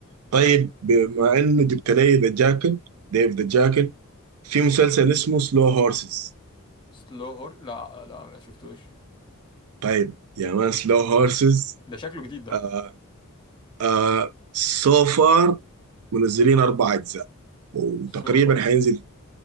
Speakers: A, on the right; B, on the left.
A: طيب
B: طب
A: بما انه جبت لي ذا جاكل ديف ذا جاكل في مسلسل اسمه سلو هورسز
B: سلو هور لا لا ما شفتوش
A: طيب يا مان سلو هورسز
B: ده شكله جديد ده
A: آه آه سو فار منزلين اربع اجزاء وتقريبا
B: سوفا
A: حينزل